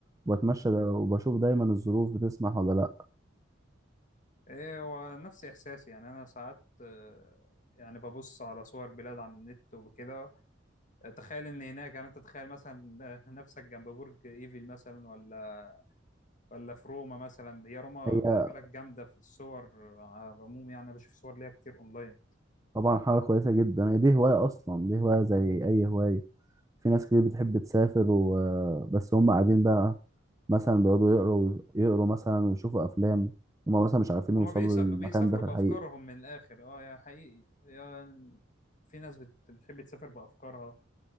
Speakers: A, on the right; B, on the left.
A: وبتمشى دا- وبشوف دايما الظروف بتسمح ولا لأ
B: ايه هو نفس احساسي يعني انا ساعات آه، يعني ببص على صور بلاد على النت وكده تخيل ان هناك يعني انت تخيل مثلا <laughs> نفسك جنب برج ايفل مثلا ولا ولا في روما مثلا هي روما
A: هي
B: خلي بالك جامده في الصور على العموم يعني انا بشوف صور ليها كتير اونلاين
A: طبعا حاجة كويسة جدا هي دي هواية أصلا دي هواية زي أي هواية في ناس كتير بتحب تسافر وبس هم قاعدين بقى مثلا بيقعدوا يقروا يقروا مثلا ويشوفوا أفلام هم مثلا مش عارفين يوصلوا
B: هما بيس- بيسافروا
A: للمكان ده في
B: بأفكارهم
A: الحقيقة
B: من الآخر اه يا حقيقي يا في ناس بت- بتحب تسافر بأفكارها